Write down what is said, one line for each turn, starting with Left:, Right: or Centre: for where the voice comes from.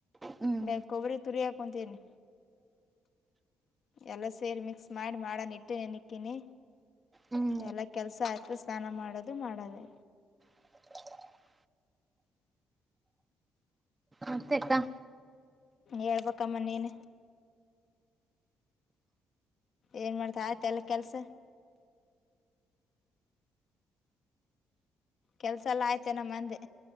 Right: ಹ್ಮ್
Left: ನ ಕೊಬ್ಬರಿ ತುರಿ ಹಾಕೊಂತನಿ ಎಲ್ಲ ಸೇರಿ ಮಿಕ್ಸ್ ಮಾಡಿ ಮಾಡೋನ ಇಟ್ಟಿ ನೆಕ್ಕಿನಿ
Right: ಹ್ಮ್
Left: ಎಲ್ಲ ಕೆಲಸ ಆಯ್ತು ಸ್ನಾನ ಮಾಡೋದು ಮಾಡೋದೇ
Right: <inaudible> ಆತೈಯ್ತಾ
Left: ಹೇಳ್ಬೇಕಮ್ಮ ನೀನೆ ಏನ್ ಮಾಡ್ತಾ ಆಯ್ತ ಎಲ್ಲ ಕೆಲ್ಸ ಕೆಲ್ಸ ಎಲ್ಲ ಆಯತೇನಮ್ಮ ಅಂದೆ